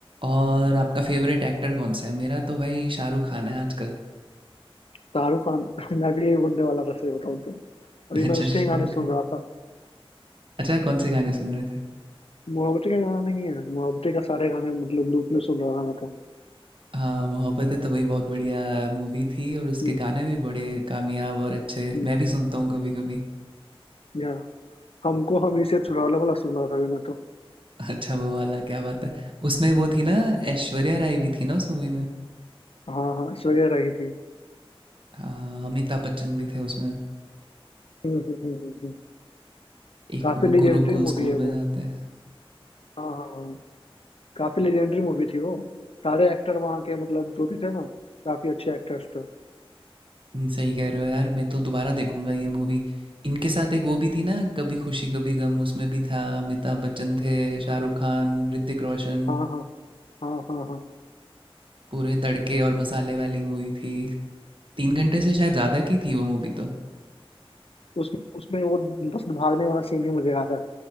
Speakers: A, on the right; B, on the left.
A: और आपका फेवरेट एक्टर कौन सा है मेरा तो भाई शाहरुख खान है आजकल
B: शाहरुख खान <laughs> मैं भी यही बोलने वाला था सही बताऊँ तो अभी
A: <laughs> अच्छा
B: मैं उसके
A: शाहरुख
B: ही गाने सुन
A: खान
B: रहा था
A: अच्छा कौन से गाने सुन रहे थे
B: मुहब्बतें का गाना नहीं है मुहब्बतें का सारे गाने मतलब लूप में सुन रहा था मैं तो
A: हाँ मोहब्बतें तो भाई बहुत बढ़िया मूवी थी और उसके
B: हम्म
A: गाने भी बड़े कामयाब और अच्छे
B: हम्म,
A: मैं भी सुनता हूँ कभी कभी
B: या हमको हम इसे चुरा लो वाला सुन रहा था अभी मैं तो
A: अच्छा वो वाला क्या बात है उसमें वो थी ना ऐश्वर्या राय भी थी ना उस मूवी में
B: हाँ हाँ श्रेया रही थी
A: हाँ अमिताभ बच्चन भी थे उसमें
B: हम्म हम्म, हम्म, हम्म, हम्म।
A: एक
B: काफी
A: वो
B: लेजेंडरी
A: गुरुकुल स्कूल
B: मूवी है
A: में
B: वो
A: जाते हैं
B: हाँ हाँ हाँ काफी लेजेंडरी मूवी थी वो सारे एक्टर वहाँ के मतलब जो भी थे ना काफी अच्छे एक्टर्स थे
A: हम्म, सही कह रहे हो यार मैं तो दोबारा देखूंगा ये मूवी इनके साथ एक वो भी थी ना कभी खुशी कभी गम उसमें भी था अमिताभ बच्चन थे शाहरुख खान ऋतिक रोशन
B: हाँ हाँ हाँ हाँ हाँ
A: पूरे तड़के और मसाले वाली मूवी थी तीन घंटे से शायद ज़्यादा की थी वो मूवी तो
B: उसमें उसमें वो बस भागने वाला सीन ही मुझे याद है